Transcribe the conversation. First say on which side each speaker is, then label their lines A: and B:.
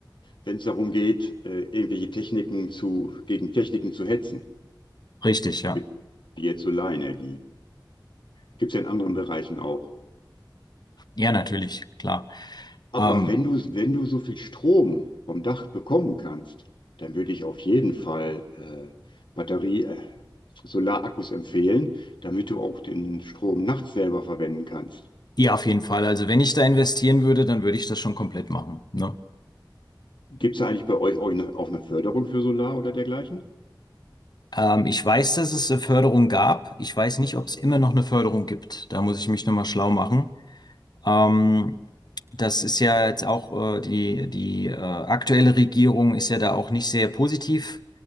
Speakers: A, on the left; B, on the left.
A: wenn es darum geht, äh, irgendwelche Techniken zu, gegen Techniken zu hetzen,
B: Richtig, ja.
A: mit- wie jetzt Solarenergie. Gibt es ja in anderen Bereichen auch.
B: Ja, natürlich, klar.
A: Aber
B: Ähm,
A: wenn du, wenn du so viel Strom vom Dach bekommen kannst, dann würde ich auf jeden Fall äh, Batterie, äh, Solarakkus empfehlen, damit du auch den Strom nachts selber verwenden kannst.
B: ja, auf jeden Fall. Also wenn ich da investieren würde, dann würde ich das schon komplett machen, ne?
A: Gibt es eigentlich bei euch auch eine, auch eine Förderung für Solar oder dergleichen?
B: Ähm, ich weiß, dass es eine Förderung gab. Ich weiß nicht, ob es immer noch eine Förderung gibt. Da muss ich mich nochmal schlau machen. Ähm, das ist ja jetzt auch äh, die, die äh, aktuelle Regierung ist ja da auch nicht sehr positiv